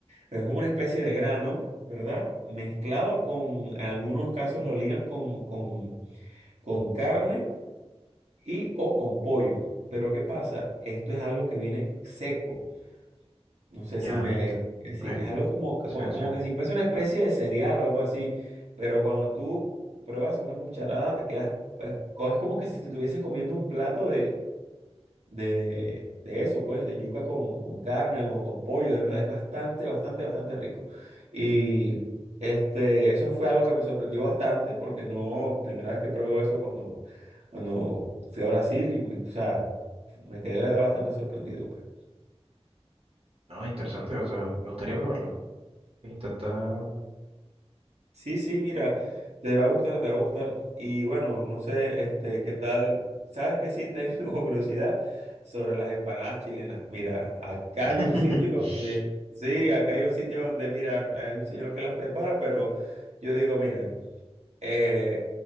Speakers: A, on the right; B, on the right.
A: Pero es como una especie de grano, ¿verdad? Mezclado con, en algunos casos lo ligan con, con, con carne y o con pollo. Pero ¿qué pasa? Esto es algo que viene seco. No sé
B: Ya.
A: si me...
B: eh,
A: si
B: es-
A: es algo como, que-
B: sí,
A: como, como
B: sí.
A: que si fuese una especie de cereal o algo así. Pero cuando tú pruebas una cucharada, te quedas... pues, co- es como que si te estuvieses comiendo un plato de, de eso, pues, de yuca con, con carne o con pollo, de verdad, es bastante, bastante, bastante rico. Y este, eso fue algo que me sorprendió bastante, porque no, primera vez que pruebo eso cuando, cuando fui a Brasil y, me- o sea, me quedé bastante sorprendido, pues.
B: No, interesante, o sea, me gustaría probarlo. Voy a Intentar.
A: Sí, sí, mira, te va a gustar, te va a gustar. Y bueno, no sé, este, qué tal. Sabes que sí tengo <laughs> curiosidad sobre las empanadas chilenas. Mira, acá
B: <laughs>
A: hay un sitio donde, sí, acá hay un sitio donde, mira, hay un señor que las prepara, pero yo digo, mira, eh,